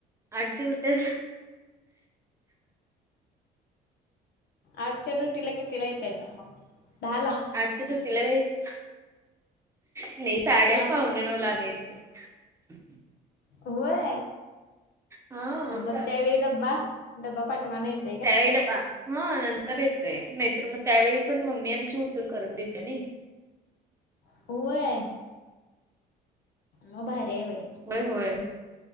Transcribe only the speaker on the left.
आड चडू तिला कि तलायेतयत मग डाला.
हा
होय
आणि मग त्यावेळी डब्बा डब्बा पाठमाना येत.
अ होय. मग भारी हाय बाई.